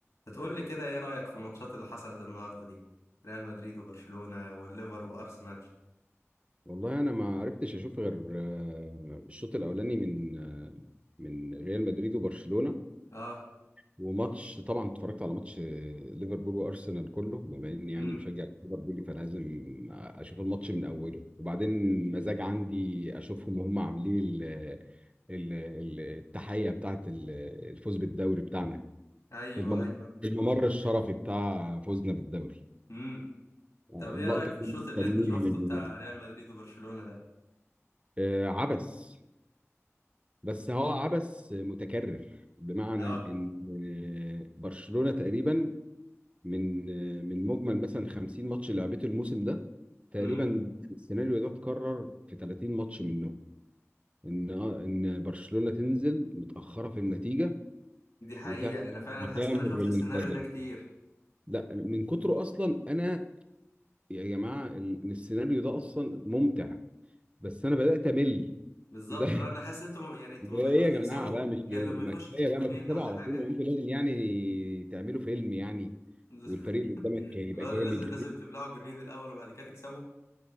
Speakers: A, on the left; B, on the right.
A: هتقول لي كده ايه رأيك في الماتشات اللي حصلت النهارده دي ريال مدريد وبرشلونة والليفر وارسنال
B: والله انا ما عرفتش اشوف غير آه، الشوط الاولاني من آه، من ريال مدريد وبرشلونه
A: اه
B: وماتش طبعا اتفرجت على ماتش آه، ليفربول وارسنال كله بما اني يعني
A: امم
B: مشجع ليفربولي فلازم اشوف الماتش من اوله وبعدين مزاج عندي اشوفهم وهم عاملين ال- ال- ال- التحيه بتاعه ال- الفوز بالدوري بتاعنا
A: ايوه
B: المم-
A: ايوه
B: الممر الشرفي بتاع فوزنا بالدوري
A: امم
B: آه،
A: طب ايه
B: اللقطه
A: رأيك في الشوط
B: اللي كنا
A: اللي
B: مستنيها
A: انت شفته
B: من
A: بتاع
B: زمان.
A: ريال مدريد وبرشلونة ده
B: آه، عبس بس هو عبث متكرر بمعنى
A: اه
B: ان آه، برشلونة تقريبا من آه، من مجمل مثلا 50 ماتش اللي لعبته الموسم ده تقريبا
A: امم
B: السيناريو ده اتكرر في 30 ماتش منهم ان آه، ان برشلونة تنزل متأخرة في النتيجة
A: دي حقيقة
B: وتعمل
A: انا فعلا
B: وتعمل
A: حاسس ان انا شفت
B: ريمونتادا
A: السيناريو ده كتير
B: لا من كتره اصلا انا يا جماعة ال- السيناريو ده اصلا ممتع بس انا بدأت امل <laughs>
A: بالظبط
B: ده
A: لو انا حاسس ان انتوا يعني انتوا
B: ده
A: ما بقيتوش
B: ايه يا
A: تكسبوا
B: جماعه بقى مش
A: غير لما
B: ما
A: يخش
B: كفايه
A: فيكوا
B: بقى
A: جونين
B: ما تكسبوا
A: ولا
B: على
A: حاجة
B: طول وانتوا لازم يعني تعملوا فيلم يعني
A: <laughs>
B: والفريق اللي قدامك يبقى
A: لا
B: جامد
A: لا، لازم لازم تبلعوا جونين الاول وبعد كده تكسبوا